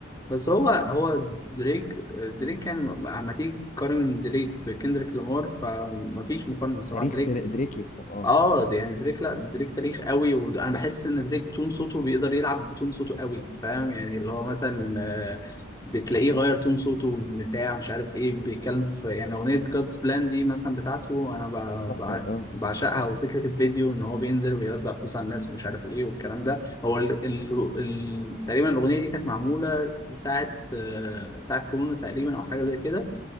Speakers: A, on the left; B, on the left.
A: بس هو هو دريك دريك يعني م- أما تيجي تقارن دريك بكندريك لامار فمفيش مقارنة صراحة
B: تاريخ
A: دريك
B: در- دريك يكسب اه
A: اه دي- يعني دريك لا دريك تاريخ قوي وانا بحس ان دريك تون صوته بيقدر يلعب بتون صوته قوي فاهم يعني اللي هو مثلا آه، بتلاقيه غير تون صوته من بتاع مش عارف ايه بيتكلم في يعني اغنيه جادز بلان دي مثلا بتاعته انا ب-
B: تحفة
A: ب-
B: اه
A: بعشقها وفكره الفيديو ان هو بينزل ويوزع فلوس على الناس ومش عارف ايه والكلام ده هو ال... ال... ال... تقريبا الاغنيه دي كانت معموله ساعه آه، ساعه كورونا تقريبا او حاجه زي كده